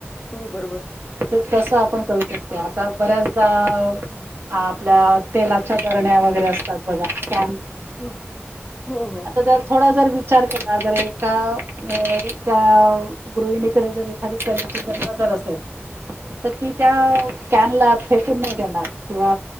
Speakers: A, on the left; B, on the right.
A: हो बरोबर.
B: तर तसं आपण करू शकते आता बऱ्याचदा. आपल्या तेलाच्या बरण्या वगैरे असतात बघा.
A: हो हो हो
B: <unintelligible> थोडा जर विचार केला जर एका त्या गृहिणीकडे जरी. खाली कण्याची जर नजर असेल. तर ती त्या कॅनला फेकून नाही देणार किंवा